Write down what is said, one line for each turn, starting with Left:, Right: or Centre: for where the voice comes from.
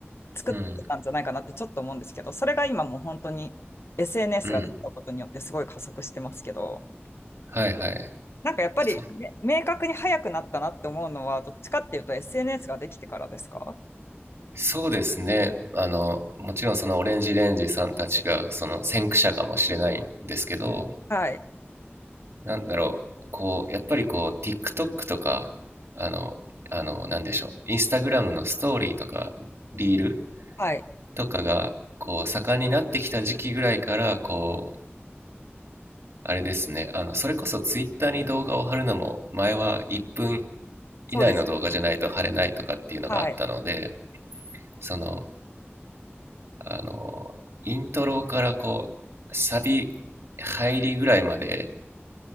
Left: 作ってたんじゃないかなってちょっと思うんですけど、
Right: うん
Left: それが今もう本当に SNS
Right: うん
Left: ができたことによってすごい加速してますけど、
Right: はいはい
Left: なんかやっぱり、
Right: そ
Left: め明確に早くなったなって思うのは、どっちかっていうと SNS ができてからですか
Right: そうですね。あの、もちろんそのオレンジレンジさんたちがその先駆者かもしれないんですけど、
Left: はい。
Right: なんだろう、こう、やっぱりこう、TikTok とか、あの、あの、なんでしょう、インスタグラムのストーリーとか、リール
Left: はい。
Right: とかが、こう、盛んになってきた時期ぐらいから、こう、あれですね、あの、それこそ Twitter に動画を貼るのも、前は1分
Left: そうです。
Right: 以内の動画じゃないと貼れないとかっていうのがあったので、
Left: はい。
Right: その、あの、イントロからこう、サビ入りぐらいまで